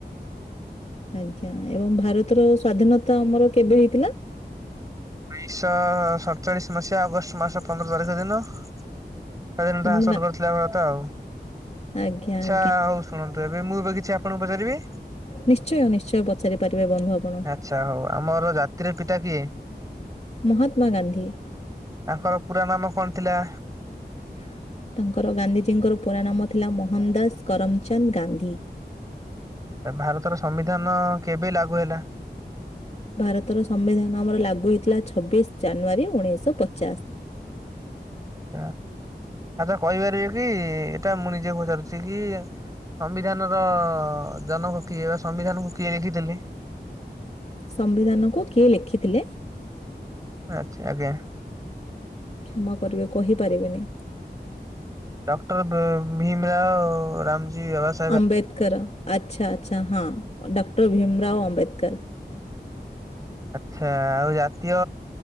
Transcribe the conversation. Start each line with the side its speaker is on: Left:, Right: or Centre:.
Left: ଆଜ୍ଞା ଏବଂ ଭାରତର ସ୍ଵାଧୀନତା ଆମର କେବେ ହେଇଥିଲା?
Right: ଉଣେଇଶହ ସତଚାଳିଶ ମସିହା ଅଗଷ୍ଟ ମାସ ପନ୍ଦର ତାରିଖ ଦିନ ସେଦିନଟା
Left: ଏବଂ
Right: ହାସଲ
Left: ଗା-
Right: କରିଥିଲା ଭାରତ ଆଉ।
Left: ଆଜ୍ଞା ଆ
Right: ଆଉ ଶୁଣନ୍ତୁ ଏବେ ମୁଁ ଏବେ କିଛି ଆପଣଙ୍କୁ ପଚାରିବି?
Left: ନିଶ୍ଚୟ ନିଶ୍ଚୟ ପଚାରି ପାରିବେ ବନ୍ଧୁ ଆପଣ।
Right: ଆଚ୍ଛା ହଉ ଆମର ଜାତିର ପିତା କିଏ?
Left: ମହାତ୍ମା ଗାନ୍ଧୀ।
Right: ତାଙ୍କର ପୁରା ନାମ କଣ ଥିଲା?
Left: <inaudible> ତାଙ୍କର ଗାନ୍ଧିଜୀଙ୍କର ପୁରା ନାମ ଥିଲା ମୋହନ ଦାସ କରମଚନ୍ଦ ଗାନ୍ଧୀ।
Right: ଭାରତର ସମ୍ବିଧାନ କେବେ ଲାଗୁ ହେଲା?
Left: ଭାରତର ସମ୍ବିଧାନ ଆମର ଲାଗୁ ହେଇଥିଲା ଛବିଶ ଜାନୁଆରୀ ଉଣେଇଶହ ପଚାଶ।
Right: ଆ ଆଚ୍ଛା କହିପାରିବେ କି ଏଇଟା ମୁଁ ନିଜେ ପଚାରୁଛି କି ସମ୍ବିଧାନର ଜନକ କିଏ ବା ସମ୍ବିଧାନକୁ କିଏ ଲେଖିଥିଲେ?
Left: ସମ୍ବିଧାନକୁ କିଏ ଲେଖିଥିଲେ?
Right: ଆଚ୍ଛା ଆଜ୍ଞା।
Left: କ୍ଷମା କରିବେ କହିପାରିବିନି।
Right: ଡକ୍ଟର ବ ଭୀମ ରାଓ ରାମଜୀ ଆବାସ
Left: ଅମ୍ବେଦକର ଆଚ୍ଛା ଆଚ୍ଛା ହଁ ଡକ୍ଟର ଭିମରାଓ ଅମ୍ବେଦକର।
Right: ଆଚ୍ଛା ଆଉ ଜାତୀୟ